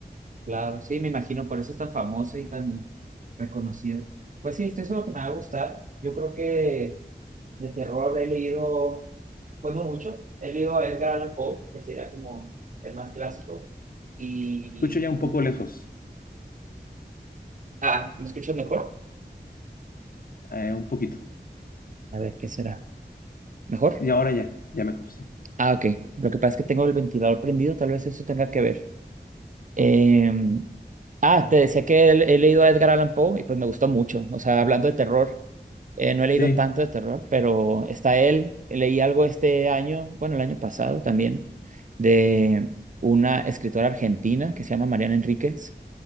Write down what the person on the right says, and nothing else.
claro, sí, me imagino, por eso es tan famoso y tan reconocido. Pues sí, esto es lo que me va a gustar. Yo creo que de terror he leído, pues no mucho, he leído a Edgar Allan Poe, que sería como el más clásico. Y...
Ah, ¿me escuchas mejor?
A ver, ¿qué será? ¿Mejor?
Ah, ok. Lo que pasa es que tengo el ventilador prendido, tal vez eso tenga que ver. Em, Ah, te decía que he, he leído a Edgar Allan Poe y pues me gustó mucho. O sea, hablando de terror, eh, no he leído
tanto de terror, pero está él. Leí algo este año, bueno, el año pasado también, de una escritora argentina que se llama Mariana Enríquez